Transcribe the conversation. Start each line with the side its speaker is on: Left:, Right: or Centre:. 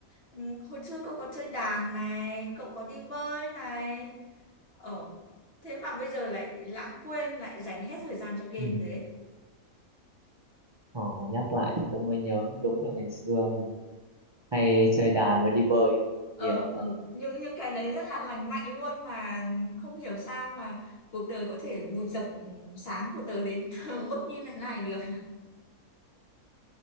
Left: ừ, hồi xưa cậu có chơi đàn này cậu có đi bơi này ờ thế mà bây giờ lại lãng quên lại dành hết thời gian cho game
Right: ừ.
Left: thế
Right: ờ, nhắc lại thì cũng mới nhớ đúng là ngày xưa thì hay chơi đàn và đi bơi
Left: ờ
Right: nhiều
Left: ừ. những những cái đấy rất là lành mạnh luôn mà không hiểu sao mà cuộc đời có thể vùi dập ừ, sáng của tớ đến <laughs> mức như thế này được